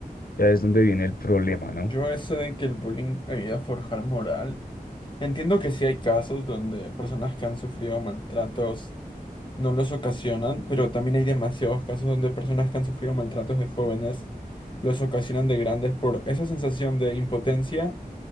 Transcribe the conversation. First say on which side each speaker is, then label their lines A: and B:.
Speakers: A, on the left; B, on the left.
A: Ya es donde viene el problema, ¿no?
B: Yo eso de que el bullying ayuda a forjar moral. Entiendo que sí hay casos donde personas que han sufrido maltratos no los ocasionan, pero también hay demasiados casos donde personas que han sufrido maltratos de jóvenes los ocasionan de grandes por esa sensación de impotencia,